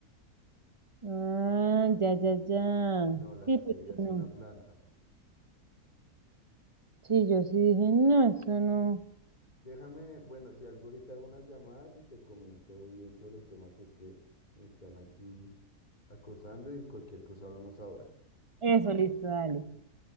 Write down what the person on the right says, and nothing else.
ah, ya, ya, ya.
Sí,
porque
no.
Sí, yo sí dije, no, eso no.
Eso, listo, dale.